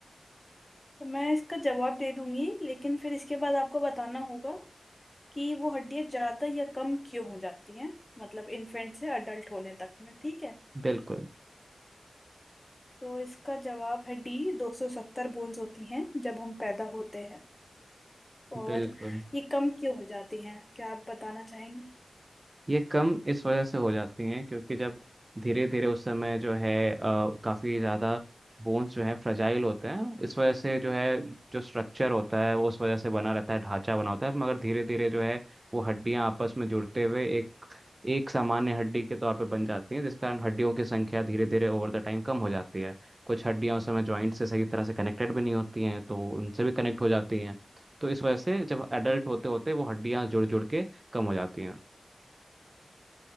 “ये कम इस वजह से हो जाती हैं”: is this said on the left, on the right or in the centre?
Right